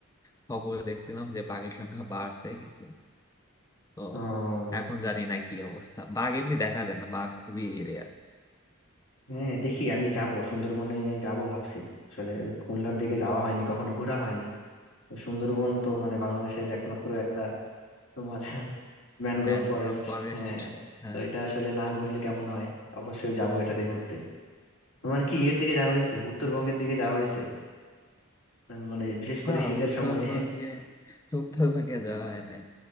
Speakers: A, on the left; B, on the left.
A: খবর দেখছিলাম যে বাঘের সংখ্যা বাড়ছে কিছু তো
B: ও
A: এখন জানি না কি অবস্থা বাঘ এমনি দেখা যায় না বাঘ খুবই এরিয়া
B: হ্যাঁ দেখি আমি যাব সুন্দরবনে যাব ভাবছি আসলে ওই খুলনার দিকে যাওয়া হয়নি কখনো ঘোরা হয়নি তো সুন্দরবন তো মানে বাংলাদেশের একমাত্র একটা তোমার <laughs> ম্যানগ্রোভ
A: Mangrove
B: ফরেস্ট
A: forest
B: হ্যাঁ
A: হ্যাঁ
B: তো এটা আসলে না ঘুরলে কেমন হয় অবশ্যই যাবো এটাতে ঘুরতে তোমার কি ইয়ের দিকে যাওয়া হয়েছে উত্তরবঙ্গের দিকে যাওয়া হয়েছে উম, মানে বিশেষ করে
A: না
B: শীতের
A: উত্তরবঙ্গে
B: সময়
A: উত্তরবঙ্গে যাওয়া হয় নাই